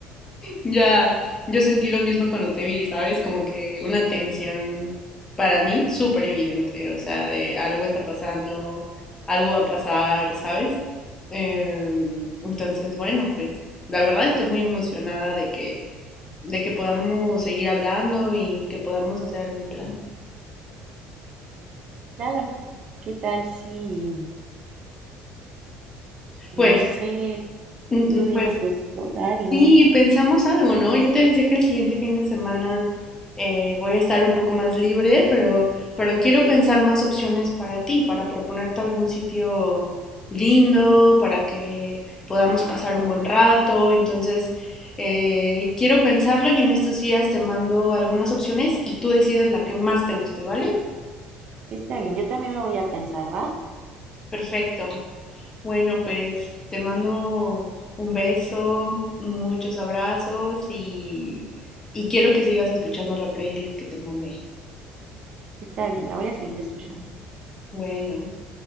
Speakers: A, on the left; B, on the right.
A: Ya, yo sentí lo mismo cuando te vi, ¿sabes? Como que una tensión para mí súper evidente, o sea, de algo está pasando, algo va a pasar, ¿sabes? Em, entonces, bueno, pues la verdad estoy muy emocionada de que, de que podamos seguir hablando y que podamos hacer algún plan.
B: Claro, ¿qué tal si, no
A: Pues,
B: sé,
A: mm,
B: tú
A: mm,
B: dime
A: pues
B: tus horarios?
A: Sí, pensamos algo, ¿no? Yo te decía que el siguiente fin de semana eh, voy a estar un poco más libre, pero, pero quiero pensar más opciones para ti, para proponerte algún sitio lindo, para que podamos pasar un buen rato. Entonces, eh, quiero pensarlo y en estos días te mando algunas opciones y tú decides la que más te guste, ¿vale?
B: Está bien, yo también lo voy a pensar, ¿va?
A: Perfecto. Bueno, pues te mando un beso, muchos abrazos y, y quiero que sigas escuchando la playlist que te mandé.
B: Está bien, la voy a seguir escuchando.
A: Bueno,